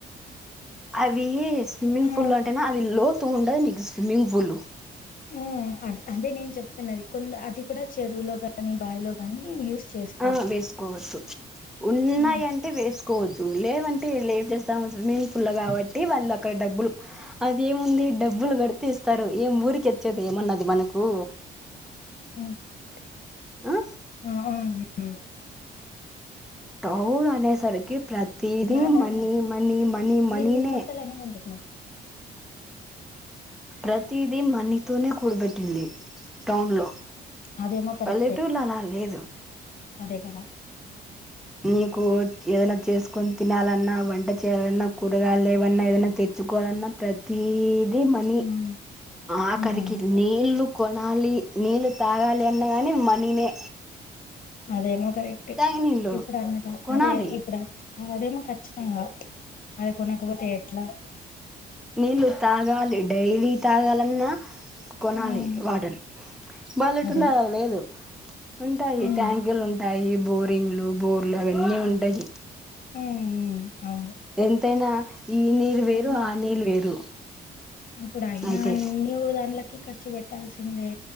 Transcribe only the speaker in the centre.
అవి స్విమ్మింగ్
పూల్ అంటేనా అది లోతు ఉండదు నీకు స్విమ్మింగ్ పూల్
ఆ వేసుకోవదు ఉన్నాయింటే
వేసుకో కోవొదు లేవంటే ఏం చేస్తాము స్విమ్మింగ్ పూల్ కాబట్టి వాళ్ళు అక్కడ డబ్బులు అది ఏముంది డబ్బులు కడితే ఇస్తారు ఏం ఊరికే ఇచ్చేది ఏమన్నది మనకు
ఆ టౌన్ <unintelligible> ప్రతిదీ
మనీ
మనీ మనీ మనీనే
ప్రతిది మని తోనే కూడబెట్టింది టౌన్ లో
పల్లెటూర్లో అలా లేదు
నీకు ఏదనా చేసుకొని తినాలన్నా వంట చేయలన్నా కూరగాయలు ఏవన్నా ఏదైనా తెచ్చుకోవాలన్నా ప్రతి ప్రతిదీ మని
ఆఖరికి
నీళ్లు కోన కొనాలి నీళ్ళు తాగాలి అన్నగాని మనీనే
తాగే నీళ్లు
కొనాలి
నీళ్ళు తాగాలి డైలీ తాగాలన్నా కొనాలి
వాటర్ <unintelligible>
లేదు ఉంటాయి
ట్యాంకులు ఉంటాయి బోర్ బింగ్లూ బోర్లు అవన్నీ ఉంటాయి
ఎంతైనా ఈ నీరు వేరు
ఆ
నీల్ వేరు
అయితే